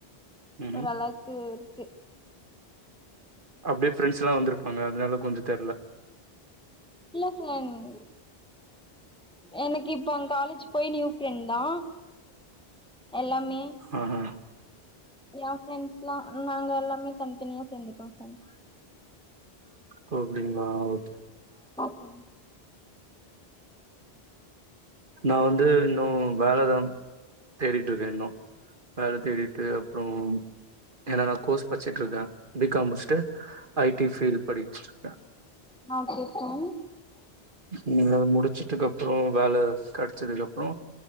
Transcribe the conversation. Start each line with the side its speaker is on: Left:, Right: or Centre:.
Right: ம்
Centre: ஓரளக்கு
Right: ம்
Centre: இரு க்கு
Right: அப்டியே ஃப்ரெண்ட்ஸ்லா வந்துருப்பாங்க அதுனால கொஞ்ச தெர்ல
Centre: இல்ல ஃப்ரெண்ட் எனக்கு இப்ப அங் காலேஜு போய் நியூ ஃப்ரெண்ட் தா எல்லாமே
Right: ஆஹா
Centre: ஏ ஃப்ரண்ட்ஸ்லா நாங்க எல்லாமே தனித்தனியா சேந்துட்டோ ஃப்ரெண்ட்
Right: ஓ அப்டிங்ளா ஓ
Centre: ம்
Right: நா வந்து இன்னு வேலதா தேடிட்ருக்கே இன்னு வேல தேடிட்டு அப்றோ ஏனா நா கோர்ஸ் பச்சுட்ருக்கே பி காம் முச்சுட்டு ஐ டி ஃபீல் படிச்சுட்ருக்கே
Centre: <unintelligible>
Right: உது முடிச்சுட்டுக்கு அப்றோ வேல கடைச்சதுக்கு அப்புறோ